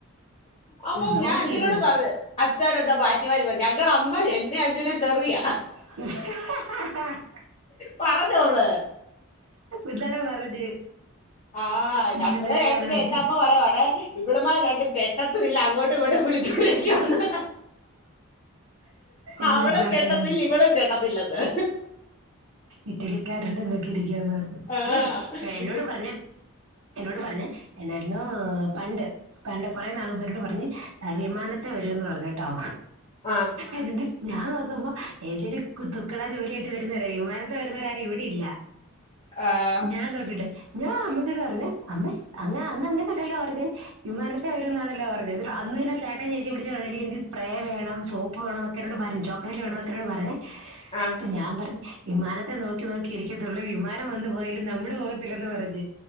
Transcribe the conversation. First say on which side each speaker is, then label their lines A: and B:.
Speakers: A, on the left (about 25°); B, on the right (about 80°).
A: അപ്പം
B: നോക്കിത്
A: ഞാൻ അഞ്ജുനോട് പറഞ്ഞു അച്ഛൻ എന്താ മാറ്റി മാറ്റി പറഞ്ഞു ഞങ്ങളുടെ അമ്മ എന്നെ അഞ്ജുനെ തെറിയാ
B: <unintelligible> <inaudible>
A: പറഞ്ഞോ അവള്
B: ഇന്നലെ പറഞ്ഞ്
A: ആഹ്
B: ഇന്നലെ
A: ഞങ്ങളെ
B: ഞങ്ങൾ
A: രണ്ടിനേ
B: അത് പറഞ്ഞ്
A: എന്റെ അമ്മ പറയുവണെ ഇവള്മാര് രണ്ടും കെട്ടത്തും ഇല്ല അങ്ങോട്ടും ഇങ്ങോട്ടും വിളിച്ചോണ്ടിരിക്കുവാന്ന്
B: എല്ലാം
A: അവളും
B: പറയാനു
A: കെട്ടത്തില്ല ഇവളും കെട്ടത്തില്ലെന്ന്
B: ഇറ്റലിക്കാരുണ്ട് നോക്കി ഇരിക്കാന്ന്
A: ആഹ്
B: ഉം എന്നോട്
A: ഇത്
B: പറഞ്ഞെ എന്നോട് പറഞ്ഞ് എന്നായിരുന്നു പണ്ട് പണ്ട് കൊറെ നാള് മുമ്പ് എന്നോട് പറഞ്ഞ് ച്ചാവിമാനത്തേ വരൂന്ന് പറഞ്ഞ്ട്ടോ
A: ആ
B: എന്നിട്ട് ഞാൻ നോക്കുമ്പോ ഏതേലും തു തുക്കടാ ജോലിയായിട്ട് വരുന്നവരാ വിമാനത്ത് വരുന്നവരാരും ഇവിടെ ഇല്ല
A: ആഹ്
B: ഞാൻ നോക്കട്ടെ ഞാൻ അമ്മച്ചോട് പറഞ്ഞേ അമ്മേ അങ്ങ് അന്ന് അങ്ങനല്ലല്ലോ ത്തടേ വിമാനത്തെ വരും എന്നാണല്ലോ പറഞ്ഞത് അന്ന്തന്നേ ചേട്ടയും ചേച്ചിം വിളിച്ച് പറഞ്ഞെ എടി എനിക്ക് സ്പ്രേ വേണം സോപ്പ് പ്പ് വേണം എന്നൊക്കെന്നോട് പറഞ്ഞു ചോക്ലേറ്റ് വേണന്നൊക്കെത്രേ പറഞ്ഞേ
A: ആഹ്
B: അപ്പൊ ഞാൻ പറഞ്ഞെ വിമാനത്തെ നോക്കി നോക്കി ഇരിക്കത്തുള്ളൂ വിമാനം വന്ന് പോയാലും നമ്മുടെപോകത്തില്ലെന്നു പറഞ്ഞ്